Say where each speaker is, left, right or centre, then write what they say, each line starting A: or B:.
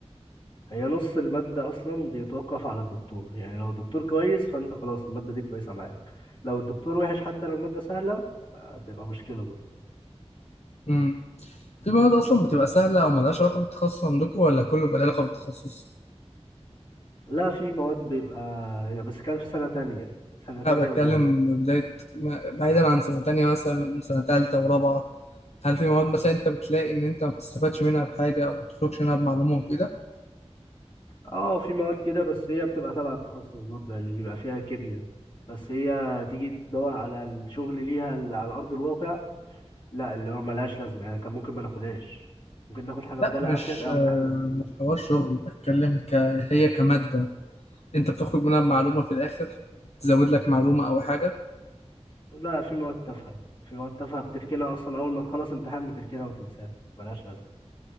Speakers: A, on the left; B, on the left.
A: هي نص المادة أصلا بيتوقف على الدكتور يعني لو الدكتور كويس فأنت خلاص المادة دي كويسة معاك لو الدكتور وحش حتى لو المادة سهلة آه، بيبقى مشكلة برضه
B: امم في مواد اصلا بتبقى سهله او ملهاش علاقه بالتخصص عندكم ولا كله بيبقى له علاقه بالتخصص
A: لا في مواد بيبقى هي بس كانت في سنة تانية سنة تانية
B: لا بتكلم
A: وأولى
B: بدايه ما- بعيدا عن سنه تانية مثلا سنه تالتة ورابعه هل في مواد مثلا انت بتلاقي ان انت ما بتستفادش منها بحاجه او ما بتخرجش منها بمعلومه مفيده
A: اه في مواد كده بس هي بتبقى تبع التخصص برضه يعني بيبقى فيها كيمياء بس هي تيجي تدور على الشغل ليها اللي على أرض الواقع لا اللي هو ملهاش لازمة يعني كان ممكن ما ناخدهاش ممكن ناخد حاجة بدالها
B: لا مش
A: أفيد أو
B: آه،
A: إن احنا نسكبها
B: مش حوار شغل بتكلم ك... هي كماده انت بتخرج منها بمعلومه في الاخر تزود لك معلومه او حاجه
A: لا في مواد تافهة في مواد تافهة بتركنها أصلا أول ما تخلص امتحان بتركنها وتنساها ملهاش لازمة